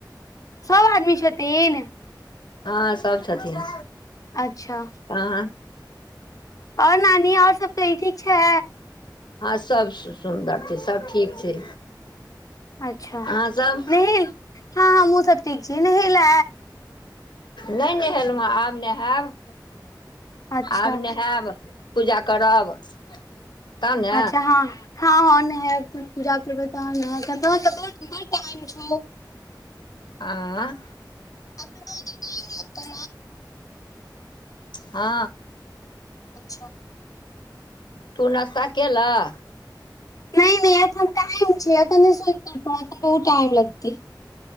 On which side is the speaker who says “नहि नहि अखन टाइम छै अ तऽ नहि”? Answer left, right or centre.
Left